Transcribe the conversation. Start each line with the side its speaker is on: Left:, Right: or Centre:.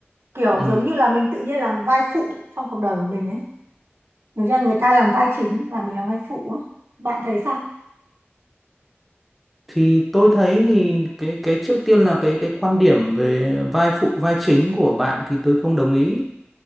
Right: kiểu
Centre: ừ
Right: giống như là mình tự nhiên làm vai phụ trong cuộc đời của mình ấy thực ra người ta làm vai chính và mình làm vai phụ ấy. bạn thấy sao
Centre: thì tôi thấy thì cái cái trước tiên là cái cái quan điểm về vai phụ vai chính của bạn thì tôi không đồng ý